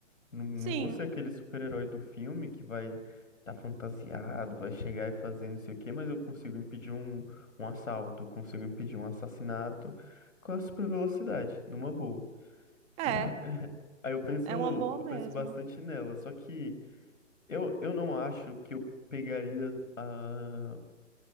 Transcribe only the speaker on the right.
Sim.
É.
É uma boa
mesmo.